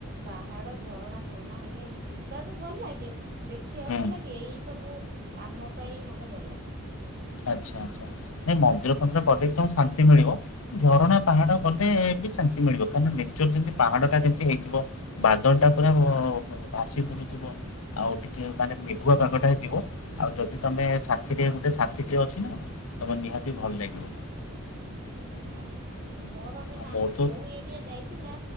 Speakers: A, on the right; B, on the left.
A: ପାହାଡ଼ ଝରଣା ଫରଣା ହେଲେ ଯିବାକୁ ଭଲ ଭଲ ଲାଗେ ଦେଖିବା
B: ହୁଁ
A: ଭଲ ଲାଗେ ଏଇ ସବୁ କାମ ପାଇଁ ମତେ ଡର ଲାଗେ।
B: ଆଚ୍ଛା ଆଚ୍ଛା ନାଇଁ ମନ୍ଦିର ଫନ୍ଦିର ଗଲେ ବି ତମକୁ ଶାନ୍ତି ମିଳିବ। ଝରଣା ପାହାଡ ଗଲେ ଶାନ୍ତି ମିଳିବ କାର ନେଚର ଯେମିତି ପାହାଡ ଟା ଯେମିତି ହେଇଥିବ ବାଦଳ ଟା ପୁରା ଭାସି ଆଉ ଟିକେ ମାନେ ମେଘୁଆ ପାଗଟା ହେଇଥିବ, ଆଉ ଯଦି ତମେ ସାଥିରେ ଗୋଟେ ସା ଅଛି ନା ତମ ନିହାତି ଭଲ ଲାଗିବ।
A: ହଁ ମୋର ଗୋଟେ
B: ଆଉ
A: ସାଙ୍ଗ
B: ମୋର ତ
A: କୋଉ ଏରିଆ ଯାଇଥିଲା